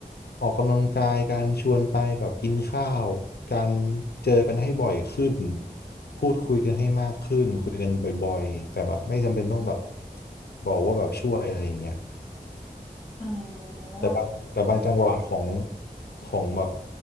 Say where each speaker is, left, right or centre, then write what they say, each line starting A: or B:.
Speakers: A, on the left; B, in the centre.
A: ออกกำลังกายการชวนไปแบบกินข้าวการเจอกันให้บ่อยขึ้นพูดคุยกันให้มากขึ้นคุยกันบ่อยๆแต่แบบไม่จำเป็นต้องแบบบอกว่าแบบช่วยอะไรอย่างเงี้ย
B: อ๋อ
A: แต่บางแต่บางจังหวะของของแบบ